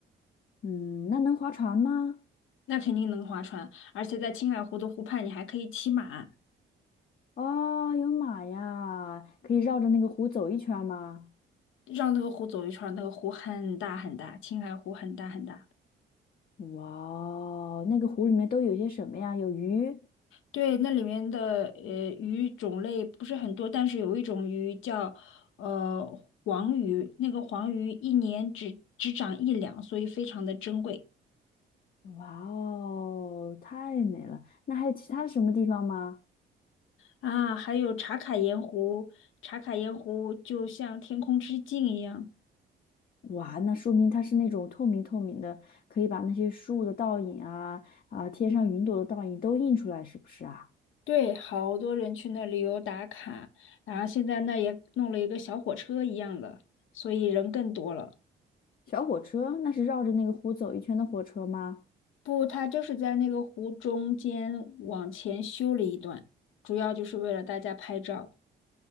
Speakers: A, on the left; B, on the left.
A: 嗯，那能划船吗？
B: 那肯定能划船，而且在青海湖的湖畔，你还可以骑马，
A: 哦，有马呀，可以绕着那个湖走一圈吗？
B: 绕那个湖走一圈儿那个湖很大很大，青海湖很大很大。
A: 哇哦那个湖里面都有些什么呀？有鱼？
B: 对，那里面的呃鱼种类不是很多，但是有一种鱼叫呃黄鱼，那个黄鱼一年只只长一两，所以非常的珍贵
A: 哇哦，太美了！那还有其他的什么地方吗？
B: 啊。还有茶卡盐湖，茶卡盐湖就像天空之镜一样，
A: 哇，那说明它是那种透明透明的，可以把那些树的倒影啊啊，天上云朵的倒影都映出来，是不是啊？
B: 对，好多人去那旅游打卡，然后现在那也弄了一个小火车一样的，所以人更多了。
A: 小火车那是绕着那个湖走一圈的火车吗？
B: 不，它就是在那个湖中间往前修了一段，主要就是为了大家拍照。